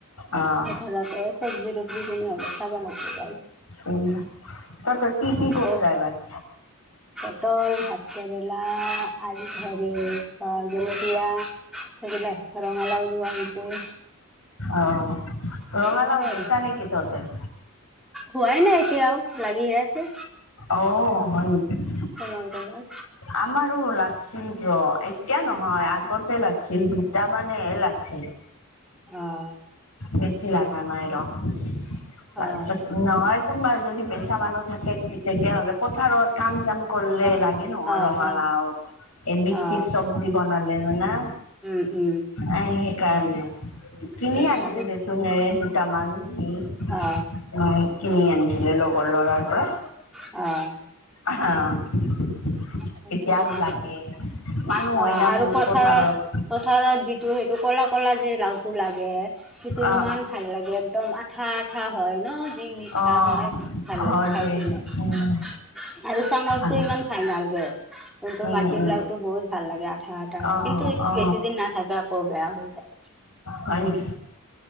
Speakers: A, on the left (about 70°); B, in the centre.
A: অঁহ',
B: ঠেলাতে চব্জি তব্জি কিনি‌ অলপ', খাব লাগবো',
A: উমঁ', তহঁতৰ কি, ' কি',
B: আকৌ
A: কৰছা এইবাৰ?
B: পটল, ভাত কেৰেলা আলু হেৰি', অ', জলকীয়া, সেইবিলাক ৰঙালাও ৰোৱা হৈছে',
A: আৰু, ৰঙালাও
B: সেনেকে আৰু
A: বেচা নেকি তহঁতে?
B: হোৱাই নাই এতিয়াও লাগি আছে',
A: অ', হয় নেকি',
B: কোমল কোমল
A: আমাৰো লাগছিল ৰ', এতিয়া নহয় আগতে লাগছিল দুটামান', হে লাগছিল',
B: অহ',
A: বেছি লগা নাই ৰ', তাৰপিছত
B: অ
A: নহয়', কোনোবা যদি বেচা মানুহ থাকে তেতিয়া হ'লে পথাৰত', কাম-চাম কৰিলে
B: অ
A: লাগে ন'হ
B: অ
A: ৰঙালাও',
B: অ
A: এবিধ মিক্স
B: অ
A: চিক্স চব্জি বনালে হয় না',
B: উমঁ', উমঁ',
A: অঁ', সেইকাৰণে। কিনি
B: সেইটো
A: আনিছে দে চোন এই দুটামান হুম',
B: অ
A: মায়ে কিনি আনিছিলে লগৰ ল'ৰাৰ পৰা',
B: অঁ',
A: হ। <unintelligible>
B: তাকেইতো
A: এতিয়া আৰু লাগে', মানুহ
B: অ'
A: হয় না
B: আৰু
A: বহুত
B: পথাৰৰ
A: পথাৰত',
B: পথাৰত যিটো সেইটো ক'লা-ক'লা যে লাওটো লাগে, সেইটো
A: অ
B: ইমান ভাল লাগে। একদম আঠা-আঠা হয় ন' যি মিঠা
A: অ অ
B: হয়, বহুত ভাল
A: হয়
B: লাগে খাই
A: দে
B: কিনে। আৰু
A: উম
B: চাঙৰ
A: ভাল
B: টো ইমান ভাল নেলাগে। কিন্ত
A: উম
B: মাটি
A: উম
B: বিলাকতো বহুত ভাল লাগে, আঠা- আঠা হয়।
A: অ
B: কিন্তু এইটো
A: অ
B: বেছি দিন নাথাকে। আকৌ বেয়া হৈ যায়।
A: হয় নেকি?